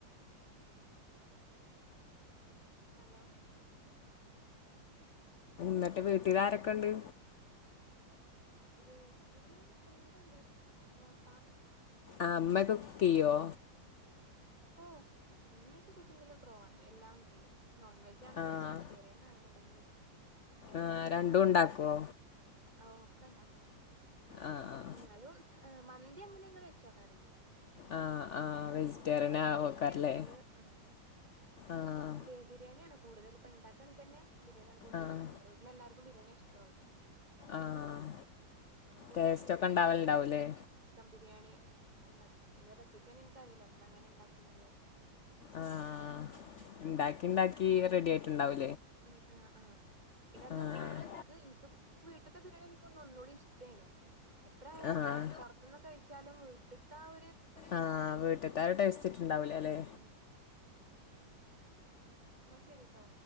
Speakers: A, on the right (about 20°); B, on the left (about 70°).
A: ഹലോ
B: ന്ന്ട്ട് വീട്ടിലാരൊക്ക്‌ണ്ട്?
A: വീട്ടില് എല്ലാരുണ്ട്. ഉമ്മാ ഉപ്പാ
B: ആ ഇമ്മക്കെ കു ക്കിയ്യോ?
A: ഓ ഇമ്മയൊക്കെ കുക്കിങ്ങില് <unintelligible> എല്ലാം ചെയ്യും. നോൺവെജ്‌ജാണെങ്കിലും
B: ആഹ്
A: വെജ്റ്റെറിയൻ ആണെന്ന്ണ്ടെങ്കിലും എല്ലാ
B: ആഹ് രണ്ടും
A: അക്കാറ്ണ്ട്.
B: ഇണ്ടാക്കോ
A: ആ ഒക്കണ്ടാവും.
B: ആഹ്
A: എന്നാലും മന്തി അങ്ങനെങ്ങള് വെച്ചോക്കാറില്ല.
B: ആഹ് ആഹ് ആഹ്
A: അധികം
B: വെജിറ്റേറിയൻ
A: ബിയാണിയാണ്
B: ആവോക്കാരല്ലേ
A: നോൺ വെജില് ഏ
B: ആഹ്
A: ബി ബിരിയാണിയാണ്. കൂടുതലിപ്പ ഇണ്ടാക്ക്ണെ തന്നെ ബിരിയാണിയാണ് കൂടുതലിണ്ടാക്കാറ്.
B: ആഹ്
A: വീട്ടിലെല്ലാർക്കും ബിരിയാണിഇഷ് സ്റ്റോൾ
B: ആഹ്
A: അപ്പൊ കൂടുതൽ
B: ടേസ്റ്റ്
A: ബിരിയാണിയാണ്
B: ഒക്കെ ഇണ്ടാവല്ണ്ടാവുല്ലേ
A: ഉണ്ടാക്കിട്ടുള്ളത് ചിക്കൻ ബിരിയാണി ഇണ്ടാക്കും പിന്നെ റെസിപ്പിയൊന്നും എനിക്കറിയില്ല ഉമ്മ എങ്ങനെ ഉണ്ടാക്കുംന്നുള്ളത്.
B: ആഹ് ഇണ്ടാക്കി ഇണ്ടാക്കി റെഡി ആയിട്ട് ണ്ടാവു
A: ഉം ഉം അ അ ആ പിന്നതൊല്ല
B: ആഹ്
A: നമ്മക്ക് എനിക്ക് വീട്ട്ത്തബിരിയാണി എനിക്ക് ഒന്നൂടിഇഷ്ട്ടേനു എത്രയാലും
B: ആഹ്
A: പൊർത്ത്ന്ന് കഴ് ച്ചാലും വീട്ട്ത്താആഒ
B: ആഹഹ് വീട്ട്ത്തെ ആ ഒരുട്ടേസ്റ്റ് കിട്ടുണ്ടാവൂലാലെ.
A: ഉം ഉം എന്നാ ശരിട്ടോ